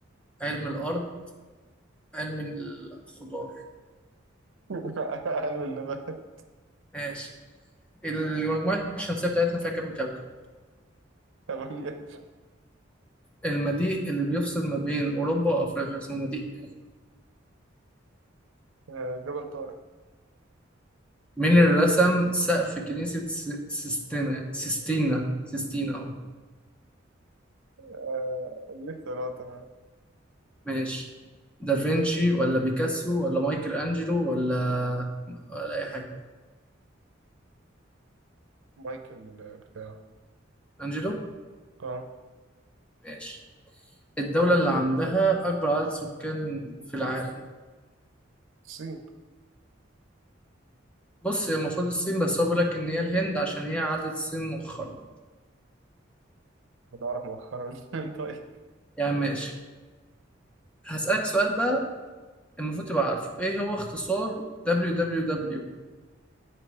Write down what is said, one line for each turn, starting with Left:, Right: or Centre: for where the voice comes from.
Centre: علم الارض علم الخضار
Right: <laughs> علم النبات
Centre: ماشي المجموعة الشمسية بتاعتنا فيها كام كوكب؟
Right: ثمانية
Centre: المضيق اللي بيفصل ما بين أوروبا وأفريقيا اسمه مضيق إيه؟
Right: آه، جبل طارق
Centre: مين اللي رسم سقف كنيسة س- سيستينا سيستينا سيستينا
Right: آه، دي اختيارات أنا
Centre: ماشي دافنشي ولا بيكاسو ولا مايكل أنجلو ولا ولا أي حاجة
Right: مايكل آه، بتاع
Centre: أنجلو
Right: اه
Centre: ماشي الدولة اللي عندها أكبر عدد سكان في العالم
Right: الصين
Centre: بص هي المفروض الصين بس هو بيقول لك إن هي الهند عشان هي عدت الصين مؤخرا
Right: أنا أعرف مؤخرا <laughs> طيب
Centre: يعني ماشي هسألك سؤال بقى المفروض تبقى عارفه إيه هو اختصار www